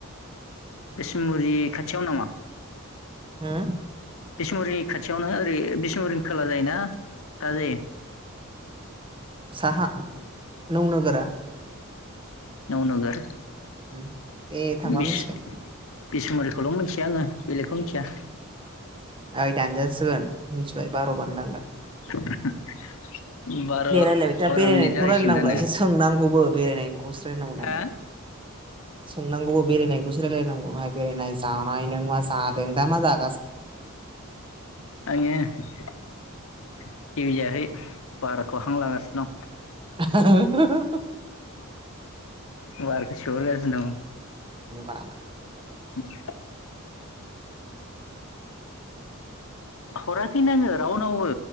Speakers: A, on the left (about 65°); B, on the right (about 25°).
A: बिसमुरि खाथियाव नामा?
B: होम?
A: बिसमुरिनि खाथियावनो ओरै बिसमुरिनि खोला जायो ना साहा जायो?
B: साहा। नौ नोगोरा।
A: नौ नोगोर।
B: उम दे थांबा
A: बिस
B: मिथिगोन
A: बिसमुरि। बेखौल' मिथिया आङो बेलेगखौ मिथिया।
B: ओइ दानजासिगोन मिथिबाय बार'बानो दानगोन।
A: <inaudible>
B: दे रायलायबाय था
A: बार'
B: बेरायनायनिखौ
A: मिनिट जागायसिगोन
B: रायलायनांगौ
A: दा
B: ब्रा
A: नो
B: एसे सोंनांगौबो बेरायनायनिखौसो रायायनांगौ नालाय
A: हा
B: सोंनांगौबो बेरायनायखौसो रायलायनांगौ बाय बेरायनाय जानाय नों मा जा नों दा मा जा
A: आङो जेबो जायाखै बारखौ हां लागासिनो दं।
B: <inaudible>
A: बारखौ सोहरगासिनो दं।
B: नंगो नामा?
A: <inaudible> हराखैनो आङो रावनावबो।